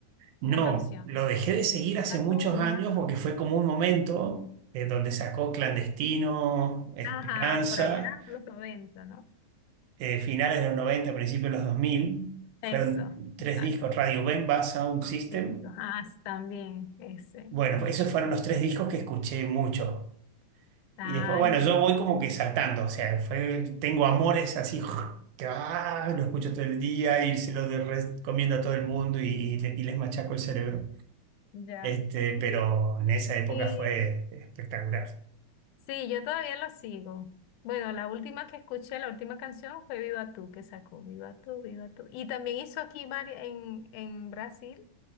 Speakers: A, on the right (about 80°); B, on the left (about 85°).
A: No,
B: una canción?
A: lo dejé de seguir
B: Viva
A: hace muchos
B: tú, viva
A: años
B: tú,
A: porque fue como un momento
B: ujú,
A: eh, donde
B: viva
A: sacó
B: tú.
A: Clandestino, Esperanza,
B: Ajá, por allá, por los noventa ¿no?
A: eh, finales de los 90, principios de los 2000. Fueron
B: Eso,
A: tres
B: exacto,
A: discos, Radio Bemba, Sound System.
B: cierto. Ah, sí, también, ese,
A: Bueno,
B: la
A: esos
B: escuché.
A: fueron los tres discos que escuché mucho.
B: Ay,
A: Y después, bueno,
B: qué
A: yo
B: bueno,
A: voy como que saltando, o sea, fue, tengo amores así, <laughs> que ah, lo escucho todo el día y se lo de- recomiendo a todo el mundo y, y le- y les machaco el cerebro.
B: ya.
A: Este, pero
B: Sí, y-
A: en esa época
B: y-
A: fue espectacular.
B: sí, yo todavía lo sigo. Bueno, la última que escuché, la última canción fue Viva tú, que sacó Viva tú, Viva tú. Y también hizo aquí vari- en, en Brasil